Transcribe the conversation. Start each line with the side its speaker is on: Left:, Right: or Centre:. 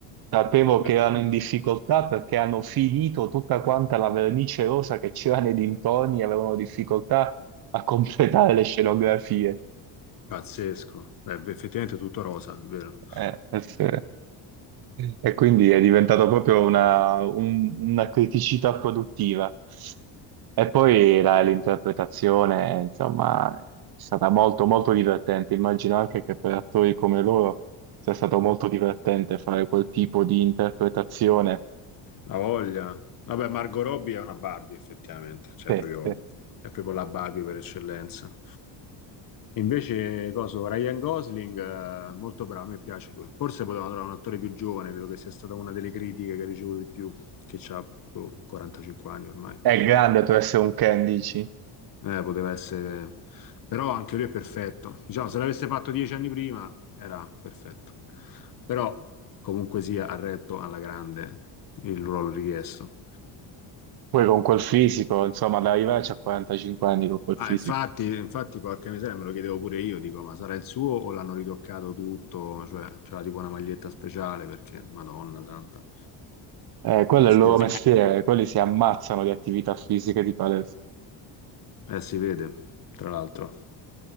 Right: Sapevo
Left: Eh,
Right: che erano in difficoltà perché hanno finito tutta quanta la vernice rosa che c'era nei dintorni e avevano difficoltà a completare le scenografie.
Left: Pazzesco. Beh, effettivamente è tutto rosa, è vero.
Right: Eh, sì. E quindi è diventato proprio una, un- una criticità produttiva. E poi la- l'interpretazione, insomma, è stata molto, molto divertente. Immagino anche che per attori come loro sia stato molto divertente fare quel tipo di interpretazione.
Left: La voglia. Vabbè, Margot Robbie è una Barbie, effettivamente, cioè
Right: Che
Left: proprio-
Right: che
Left: è proprio la Barbie per eccellenza. Invece, coso, Ryan Gosling, eh, molto bravo, a me piace lui. Forse potevano trovare un attore più giovane, credo che sia stata una delle critiche che ricevo di più, che ha 45 anni ormai.
Right: è grande tu essere un Ken, dici?
Left: Eh, poteva essere... Però anche lui è perfetto. Diciamo, se l'avesse fatto dieci anni prima, era perfetto. Però, comunque sia, ha retto alla grande il ruolo richiesto.
Right: Poi con quel fisico, insomma, ad arrivarci a 45 anni con quel fisico.
Left: Ma infatti, infatti, porca miseria, me lo chiedevo pure io, dico, ma sarà il suo o l'hanno ritoccato tutto? Cioè, c'era tipo una maglietta speciale perché, Madonna santa,
Right: Eh, quello
Left: pazzesco.
Right: è il loro mestiere, quelli si ammazzano di attività fisiche di palestra.
Left: Eh, si vede, tra l'altro.